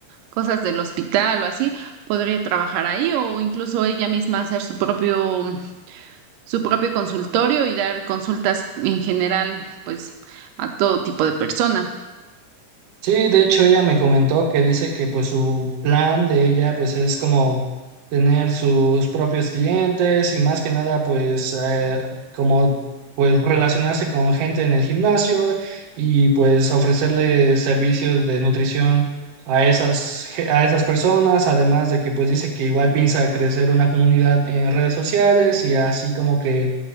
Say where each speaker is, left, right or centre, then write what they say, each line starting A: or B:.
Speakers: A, on the right (about 80°); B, on the right (about 65°).
A: cosas del hospital o así, podría trabajar ahí o incluso ella misma hacer su propio, su propio consultorio y dar consultas en general, pues, a todo tipo de persona.
B: Sí, de hecho ella me comentó que dice que pues su plan de ella pues es como tener sus propios clientes y más que nada pues eh, como pues relacionarse con gente en el gimnasio y pues ofrecerle servicios de nutrición a esas ge- a esas personas, además de que pues dice que igual piensa crecer una comunidad en redes sociales y así como que